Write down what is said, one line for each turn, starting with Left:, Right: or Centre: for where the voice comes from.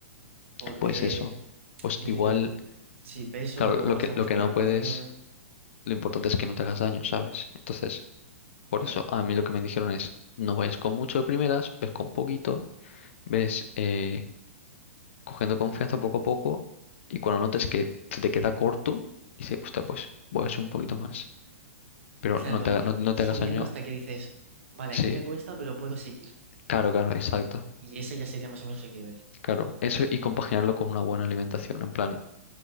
Right: porque
Left: Pues eso. Pues
Right: Necesito,
Left: igual,
Right: sí, peso,
Left: claro,
Right: luego
Left: lo
Right: masa
Left: que,
Right: muscular
Left: lo que no puedes,
Right: también.
Left: lo importante es que no te hagas daño, ¿sabes? Entonces, por
Right: Claro,
Left: eso a mí lo que me dijeron es, no vayas con mucho de primeras, ves con poquito, ves... eh, cogiendo confianza poco a poco y cuando notes que se te queda corto, dices, hostia, pues voy a hacer un poquito más. Pero
Right: claro,
Left: no te,
Right: ir
Left: ha- no, no
Right: subiendo
Left: te hagas daño.
Right: hasta que dices, vale,
Left: Sí,
Right: aquí me cuesta, pero puedo seguir.
Left: claro, claro, exacto.
Right: Y ese ya sería más o menos el nivel,
Left: Claro,
Right: ¿no?
Left: eso y compaginarlo con una buena alimentación, en plan,